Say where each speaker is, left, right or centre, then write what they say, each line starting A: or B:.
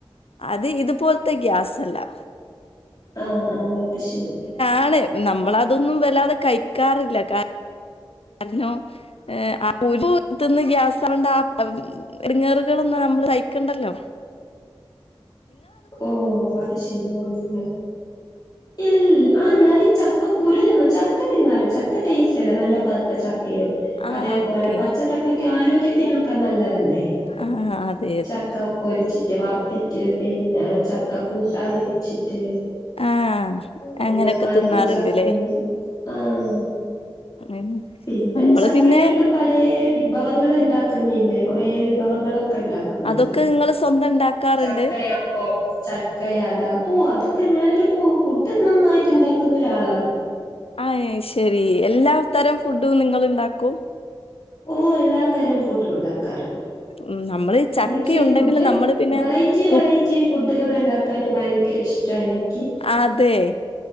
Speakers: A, on the left; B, on the left.
A: അത് ഇതുപോലത്തെ ഗ്യാസല്ലാ
B: ആഹ് ആഹ് അത് ശരി
A: ആണ് നമ്മളതൊന്നും വല്ലതെ കഴിക്കാറില്ല കാ രണം എ ആഹ് കുരു തിന്ന് ഗ്യാസ് ആവണ്ടാ എടങ്ങേറുകളോന്നും നമ്മള് സയ്ക്കണ്ടല്ലോ
B: ഓ വത് ശരിയ ഇൽ ആ ഞാനീ ചക്ക കുരു തിന്നാ ചക്ക തിന്നാറിണ്ട് ചക്ക ടേസ്റ്റ് അല്ലെ നല്ല പഴുത്ത ചക്കയും
A: ആഹ്
B: അതേപോലെ
A: ഓക്കെ
B: പച്ചചക്കക്കെ ആരോഗ്യത്തിനൊക്കെ നല്ലതല്ലേ
A: ആഹ് അതെ അതെ
B: ചക്ക പ്പൊരിച്ചിട്ട് വറുത്തിട്ട് പെ പിന്നെ ചക്ക കൂട്ടാന് വെച്ചിട്ട്
A: ആഹ്
B: പിന്നെ
A: അങ്ങനൊക്കെ
B: പഴുത്തചക്കയും
A: തിന്നാറുണ്ട്ല്ലേ
B: ആഹ്
A: ഉം
B: പിന്നെ
A: നമ്മള്
B: ചക്കയൊണ്ട്
A: പിന്നെ
B: പലെ വിഭവങ്ങൾ ഉണ്ടാക്കുന്നില്ലേ കൊറെ വിഭവങ്ങളൊക്കെ ണ്ടാക്കുന്നുണ്ടല്ലോ
A: അതൊക്കെ നിങ്ങള് സ്വന്തം ഉണ്ടാക്കാറുണ്ട്
B: ചക്കയപ്പം ചക്ക അട ഓഹ് അതൊക്കെ ഞാനൊരു ഫു ഫുഡ് നന്നായിട്ട് ഉണ്ടാക്കുന്നോരാളാണ്
A: അയിശരി എല്ലാ തരം ഫുഡും നിങ്ങള്ണ്ടാക്കും
B: ഓഹ് എല്ലാ തരം ഫുഡും ഉണ്ടാക്കാറുണ്ട്
A: ഉം നമ്മള് ചക്കയുണ്ടെങ്കിലും
B: എനിക്ക് ഫുഡ്
A: നമ്മള് പിന്നെ
B: വെറൈറ്റി
A: കു
B: വെറൈറ്റി ഫുഡുകൾണ്ടാക്ക ന് ഭയങ്കര ഇഷ്ട എനിക്ക്
A: ആതെ